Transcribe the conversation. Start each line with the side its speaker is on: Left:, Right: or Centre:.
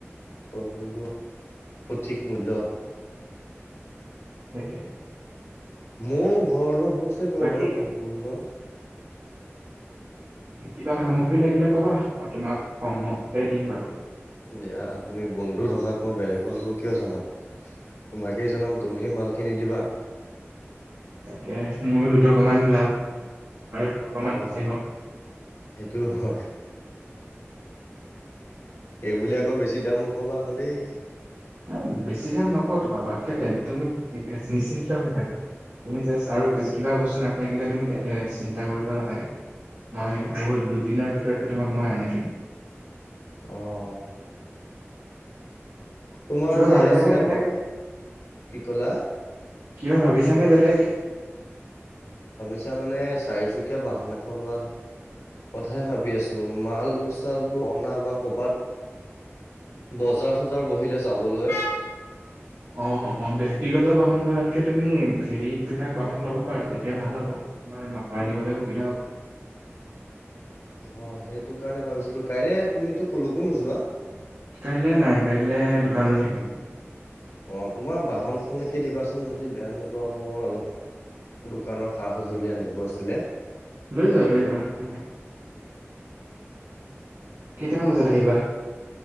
Left: যোনটো সঠিক মূল্য।
Right: সেইটোৱে
Left: মোৰ ঘৰ টো হৈছে গৈ
Right: বাকী
Left: বাৰু সম্পূৰ্ণ।
Right: কিবা সামগ্ৰী লাগিলে কবা? মই তোমাক কমতে দিম বাৰু
Left: দিয়া তুমি বন্ধু থকাত। মই বেলেগক ককো কিয় জনাম, তোমাকেই জনাম তুমি হে মাল কিনিদিবা।
Right: তাকে মোৰো দুটক মান লাভ হ'ব। আৰু দুটকামান
Left: অ
Right: বাচিব।
Left: সেইটো হয় সেইবুলি আকৌ বেছি দাম নকবা আকৌ দেই?
Right: নাই বেছি কাম নকও তোমাপা থেতথেত তুমি নিশ্চিন্ত হৈ থাকা। তুমি জাষ্ট আৰু কিবা বস্তু নাথাকিলে তুমি এ চিন্তা কৰিব নালাগে। মই বহুত দুদিনৰ ভিতৰতে তোমাক মই আনিদিম।
Left: অহ তোমাৰ
Right: কিবা
Left: যে
Right: ভাবিছানে
Left: আছিলে
Right: বেলেগ
Left: বা, কি কলা?
Right: কিবা ভাবিছানে বেলেগ?
Left: পিছা মানে চাৰিচুকীয়া বাহন এখন লোৱা কথাই ভাবি আছো, মাল চাল বোৰ অনা বা কৰ'বাত বজাৰ চজাৰ বহিলে যাবলৈ।
Right: অ অ ব্যক্তিগত বাহন লোৱাতকে তুমি হেৰি বিলাক বাহন লব পাৰা, তেতিয়া ভাল হ'ব। তোমাৰ মালআনিবলে সুবিধা হব।
Left: অহ সেইটো কাৰণে ভাবিছিলো, কাইলৈ তুমিতো কলকো নোযোৱা?
Right: কাইলে নাই কাইলে দোকানতে থাকিম।
Left: অ তোমাৰ বাহন খনেকে দিবাচোন যদি বেয়া নোপোৱা, মই অলপ দোকানৰ সা সঁজুলি আনিব আছিলে।
Right: লৈ যাবা লৈ যাবা, কথা নাই। কেইটামান বজাত আহিবা?